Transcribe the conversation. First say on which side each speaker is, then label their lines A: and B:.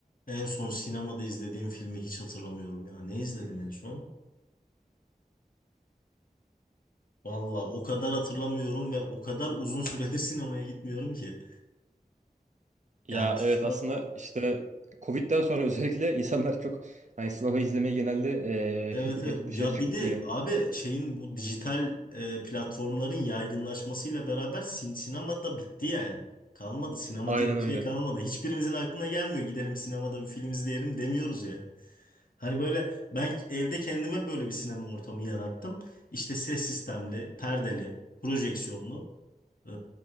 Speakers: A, on the left; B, on the right.
A: En son sinemada izlediğim filmi hiç hatırlamıyorum ya. Ne izledim en son? Valla o kadar hatırlamıyorum ve o kadar uzun süredir sinemaya gitmiyorum ki.
B: Ya
A: Yani
B: evet
A: şu,
B: aslında işte Covid'den sonra <laughs> özellikle insanlar çok hani sinema izlemeye genelde
A: Evet evet.
B: e, <laughs> dışarı
A: Ya Yani
B: çıkmıyor.
A: bir de abi şeyin bu dijital e, platformların yaygınlaşmasıyla beraber sin sinema da bitti yani. Kalmadı sinema
B: Aynen
A: evet. diye bir şey
B: öyle.
A: kalmadı. Hiçbirimizin aklına gelmiyor gidelim sinemada bir film izleyelim demiyoruz yani. Hani böyle ben evde kendime böyle bir sinema ortamı yarattım. İşte ses sistemli, perdeli, projeksiyonlu. E,